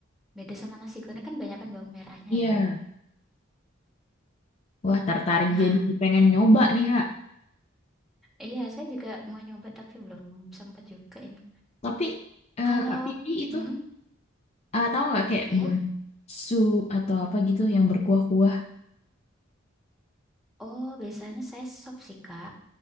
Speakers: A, in the centre; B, on the left (about 30°).
A: Beda sama nasi goreng kan banyakan bawang merahnya
B: Iya.
A: ya.
B: Wah, tertarik
A: Nah,
B: jadi pengen nyoba nih, Kak.
A: iya saya juga mau nyoba tapi belum sempat juga ini.
B: Tapi, eh,
A: Kalau,
B: Kak Pidi itu,
A: mm
B: eh, tahu nggak kayak
A: ya,
B: buat sup atau apa gitu yang berkuah-kuah.
A: oh biasanya saya sop sih Kak.